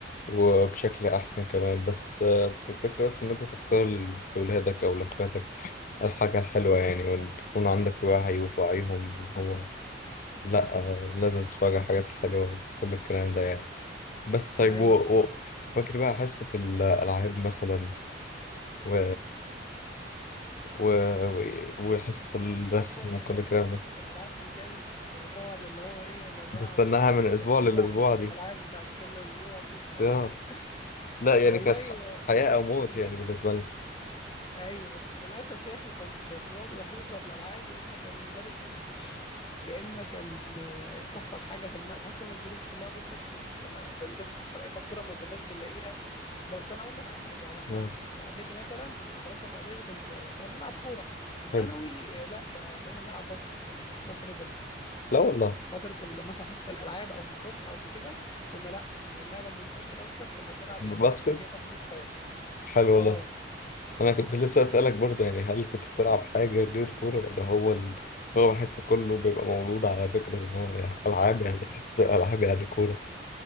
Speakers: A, on the left; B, on the left.
A: وبشكل أحسن كمان بس آه، بس الفكرة بس إن أنت تختار لأولادك أو لأخواتك الحاجة الحلوة يعني وتكون عندك وعي وتوعيهم إن هو لأ آه، لازم تتفرج على الحاجات الحلوة كل الكلام ده يعني بس طيب
B: ايوه
A: و...
B: بالظبط
A: و... وفاكر بقى حصة الألعاب مثلا و... و... و... وحصة الرسم
B: اكبر
A: وكل
B: امانينا
A: الكلام ده
B: حصه الالعاب دي كانت آه، طبعا اللي هو ايه يا جماعه
A: بستناها من
B: امتى
A: أسبوع
B: هتيجي
A: للأسبوع
B: بقى حصه
A: دي
B: الالعاب بتاعت كل اسبوع دي <laughs>
A: آه. لا
B: والله
A: يعني كانت ح...
B: آه،
A: حياة
B: وال...
A: أو موت
B: لا
A: يعني بالنسبة لنا
B: ايوه بس للاسف يا اخي كنت في معظم الحصص بتاعت الالعاب يا اما كان المدرس ما بيجيش يا اما كان آه، بتحصل حاجه تمنع تحس ان الظروف كلها ضدك ان انت ما ما تنزلش حصه يا اما الكوره ما كناش بنلاقيها بس انا اقول لك على حاجه يعني احنا
A: آه.
B: في اعدادي مثلا في المدرسه في اعدادي كنت آه، كنا بنلعب كوره في ثانوي
A: حلو
B: آه، لا بقى- بقينا بنلعب باسكت يعني في فتره
A: لا والله
B: فتره ال- مثلا حصه الالعاب او في الفسحه او في كده كنا لا كنا اللعبه المنتشره اكتر كنا بنلعب
A: باسكت
B: يا اما باسكت يا اما كره طايره
A: حلو
B: اه
A: والله أنا كنت لسه أسألك برضه يعني هل كنت بتلعب حاجة غير كورة ولا هو ال... هو بحس كله بيبقى مولود على فكرة إن هو يعني ألعاب يعني حصة الألعاب يعني كورة